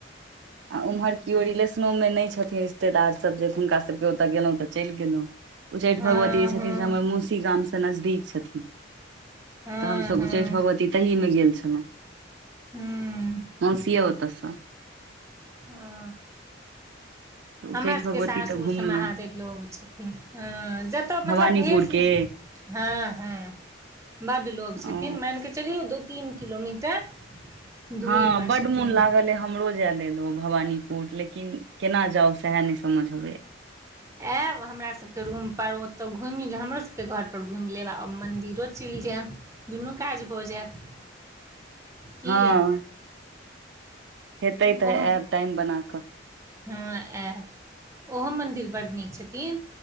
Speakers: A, on the right; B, on the right.
A: आ ओम्हर केओ रिलेशनो में नहि छथिन रिश्तेदार सब जे हुनका सब के ओतए गेलों त चलि गेलहुँ उच्चैठ भगवती
B: हँ
A: जे
B: हँ
A: छथिन से हमर मौसी गामसँ नजदीक छथिन
B: हँ
A: त हमसभ
B: हँ
A: उच्चैठ भगवती तहीमे गेल छलौ
B: हूँ
A: मौसी य ओते सँ
B: हँ
A: तऽ
B: हमरा
A: उच्चैठ
B: सबके
A: भगवती
B: सासुर
A: तऽ घुमलहुँ
B: से महादेव लोग छथिन अ जतय
A: भवानीपुर
B: मतलब भेट
A: के
B: हँ हँ बड लोग छथिन
A: ओ
B: मैन के चलियौ दू तीन किलोमीटर दूरी
A: हँ
B: पर
A: बड
B: छथिन
A: मोन लागल ए हमरो जाय लेल ओ भवानीपुर लेकिन केना जाउ सएह नहि समझ अबैया
B: आयब हमरा सबके रूम पर ओतौ घुमि ले हमरो सबके घर पर घुमि लेब आ मंदिरो चल जायब दुनू काज भऽ जायत की
A: हँ हेतै
B: ओहो
A: तऽ आयब टाइम बना कऽ
B: हँ आयब ओहो मन्दिर बड्ड नीक छथिन